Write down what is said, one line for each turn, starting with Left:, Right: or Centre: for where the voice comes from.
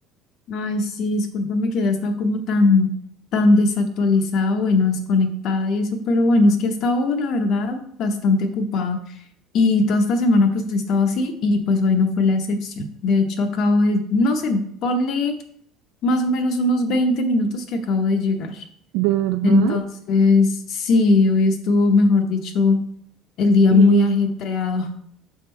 Left: Ay, sí, discúlpame que ya he estado como tan, tan desactualizada, bueno, desconectada y eso, pero bueno, es que he estado, la verdad, bastante ocupada. Y toda esta semana pues he estado así y pues hoy no fue la excepción. De hecho, acabo de, no sé, ponle más o menos unos 20 minutos que acabo de llegar.
Right: ¿De verdad?
Left: Entonces, sí, hoy estuvo, mejor dicho, el día
Right: Sí.
Left: muy ajetreado.